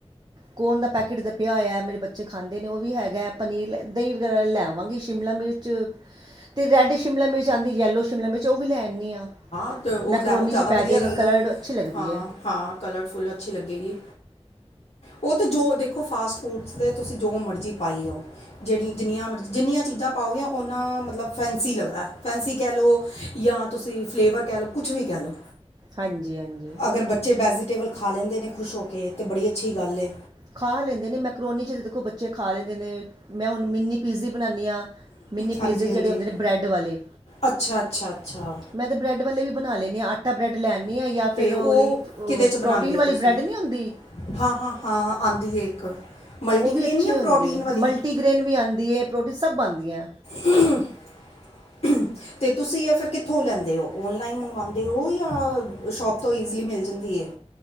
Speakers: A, on the right; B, on the left.
A: ਕੋਣ ਦਾ ਪੈਕੇਟ ਦਾ ਪਿਆ ਹੋਇਆ ਮੇਰੇ ਬੱਚੇ ਖਾਂਦੇ ਨੇ ਉਹ ਵੀ ਹੈਗਾ ਪਨੀਰ ਦਹੀਂ ਵਗੈਰਾ ਲੈਵਾਂਗੇ ਸ਼ਿਮਲਾ ਮਿਰਚ ਤੇ ਰੈੱਡ ਸ਼ਿਮਲਾ ਮਿਰਚ ਆਉਂਦੀ ਯੈਲੋ ਸ਼ਿਮਲਾ ਮਿਰਚ ਉਹ ਵੀ ਲੈ ਆਨੀ ਹਾਂ
B: ਅਤੇ ਉਹ
A: ਮਾਈਕਰੋਨ'ਚ
B: ਲੈ ਆਓ ਜ਼ਿਆਦਾ
A: ਪੈ
B: ਵਧੀਆ
A: ਜਾਵੇਗੀ
B: ਲੱਗਦਾ
A: ਕਲਰਡ ਅੱਛੀ ਲੱਗਦੀ
B: ਹਾਂ
A: ਹੈ
B: ਹਾਂ ਕਲਰਫੁੱਲ ਅੱਛੀ ਲੱਗੇਗੀ। ਉਹ ਤਾਂ ਜੋ ਦੇਖੋ ਫਾਸਟ ਫੂਡਸ ਤੁਸੀਂ ਜੋ ਮਰਜ਼ੀ ਪਾਈ ਜਾਓ ਜਿਹੜੀ ਜਿੰਨੀਆਂ ਮਰਜ਼ੀ ਜਿੰਨੀਆਂ ਚੀਜ਼ਾਂ ਪਾਓਗੇ ਉਹਨਾ ਮਤਲਬ ਫੈਂਸੀ ਲੱਗਦਾ ਫੈਂਸੀ ਕਹਿ ਲਓ ਜਾਂ ਤੁਸੀਂ ਫਲੇਵਰ ਕਹਿ ਲਓ ਕੁਛ ਵੀ ਕਹਿ ਲਓ।
A: ਹਾਂਜੀ ਹਾਂਜੀ।
B: ਅਗਰ ਬੱਚੇ ਵੈਜੀਟੇਬਲ ਖਾ ਲੈਂਦੇ ਨੇ ਖੁਸ਼ ਹੋ ਕੇ ਤਾਂ ਬੜੀ ਅੱਛੀ ਗੱਲ ਏ
A: ਖਾ ਲੈਂਦੇ ਨੇ ਮੈਕਰੋਨੀ ਚ ਦੇਖੋ ਬੱਚੇ ਖਾ ਲੈਂਦੇ ਨੇ ਮੈਂ ਹੁਣ ਮਿੰਨੀ ਪੀਜ਼ੀ ਬਣਾਨੀ ਹਾਂ। ਮਿੰਨੀ
B: ਹਾਂਜੀ
A: ਪੀਜ਼ੇ ਜਿਹੜੇ
B: ਹਾਂਜੀ
A: ਹੁੰਦੇ ਨੇ ਬਰੈੱਡ ਵਾਲੇ
B: ਅੱਛਾ ਅੱਛਾ ਅੱਛਾ।
A: ਮੈਂ ਤਾਂ ਬਰੈਡ ਵਾਲੇ ਵੀ ਬਣਾ ਲੈਣੀ ਹ ਅੱਠ ਆਟਾ ਬ੍ਰੈਡ ਲੈਨੀ ਹਾਂ ਜਾਂ
B: ਤੇ
A: ਫਿਰ ਉਹ ਲਈ
B: ਕਿਦੇ ਚ ਬਣਾਉਂਦੇ
A: ਪ੍ਰੋਟੀਨ
B: ਹੋ
A: ਵਾਲੀ
B: ਤੁਸੀਂ
A: ਬ੍ਰੈੱਡ ਨਹੀਂ ਹੁੰਦੀ
B: ਹਾਂ ਹਾਂ ਹਾਂ ਆਦੀ ਹੈ ਇੱਕ ਮਲਟੀਗ੍ਰੇਨ
A: ਉਹ ਵੀ ਅੱਛੀ
B: ਜਾਂ
A: ਹੁੰਦੀ
B: ਪ੍ਰੋਟੀਨ
A: ਹੈ
B: ਵਾਲੀ
A: ਮਲਟੀਗ੍ਰੇਨ ਵੀ ਆਦੀ ਹੈ ਪ੍ਰੋਟੀ ਸਭ ਆਦੀ ਏ।
B: ਹੂਆ ਹੁਆ ਤੇ ਤੁਸੀਂ ਇਹ ਫਿਰ ਕਿ ਥੋ ਲੈਂਦੇ ਹੋ ਔਨਲਾਈਨ ਮੰਗਵਾਉਂਦੇ ਹੋ ਜਾ ਸ਼ੋਪ ਤੋਂ ਈਜ਼ਲੀ ਮਿਲ ਜਾਂਦੀ ਏ।